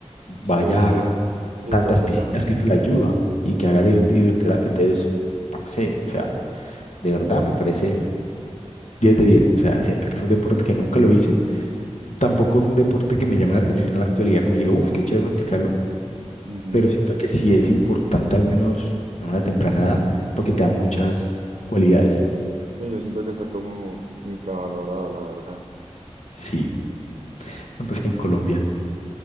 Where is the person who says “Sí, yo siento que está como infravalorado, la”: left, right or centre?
Right